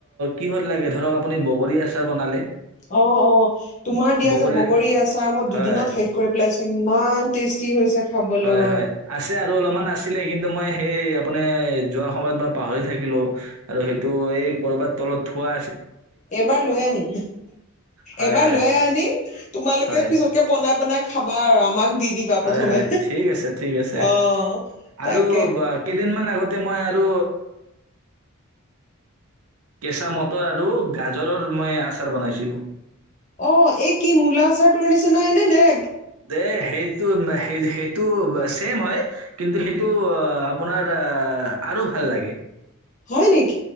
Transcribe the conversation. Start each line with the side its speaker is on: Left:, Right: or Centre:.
Right: কিহত লাগে ধৰক আপুনি বগৰী আছে বনালে
Left: অ অ তোমাৰ দিয়া
Right: বগৰীৰ
Left: যে বগৰী আচাৰ মই
Right: হয়,
Left: দুদিনত শেষ কৰি পেলাইছো ইমান টেষ্টি হৈছে খাবলৈ।
Right: হয় হয় আছে আৰু অলপমান আছিলে কিন্তু কিন্তু মই সেই আপুনি যোৱা সময়ত মই পাহৰি থাকিলো আৰু সেইটো এই কৰবাত তলত থ খোৱা
Left: এবাৰ লৈ আনিম
Right: হয়,
Left: এবাৰ
Right: হয়,
Left: লৈ আনিম তোমালোকে
Right: হয়,
Left: পিছতকে বনাই বনাই খাবা আৰু আমাক দি দিবা
Right: হয়
Left: প্ৰথমে।
Right: হয় ঠিক আছে ঠিক আছে
Left: অ', তাকে
Right: আৰু কেইদিনমান আগতে মই আৰু কেঁচা মটৰ আৰু গাজৰৰ মই আচাৰ বনাইছিলোঁ
Left: অ এই কি মূলা আচাৰ টো আনিছে নাই নে নাই
Right: দেই সেইটো ন সেই সেই টো চেম হয় কিন্তু সেইটো অ আপোনাৰ আহ আৰু ভাল লাগে
Left: হয় নেকি